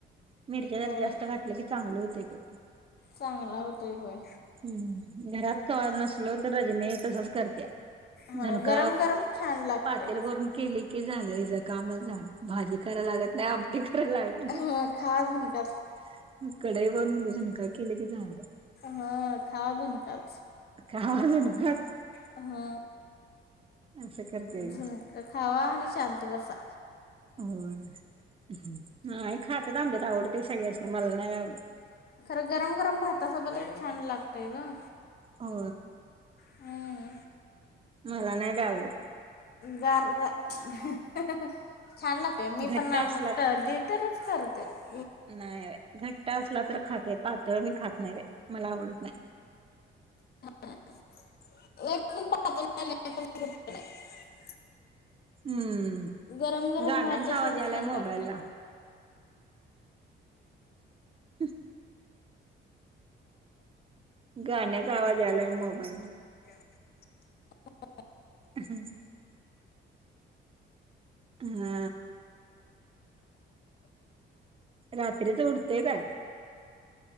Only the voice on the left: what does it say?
होय
चांगला होतोय वय
हां
गरम गरम छान लागतंय.
हां
खावा झुणकाच
हा खावा झुणकाच
हा
झुणका खावा आणि शांत शांत बसा
खरं गरम गरम भातासोबत एक छान लागतय ग
हम
गार हाहाहा छान लागतेय मी
पण
कध
तरच करते तर
हण पा <unintelligible>
गरम गरम
भातासोबत
छान
लागते
ह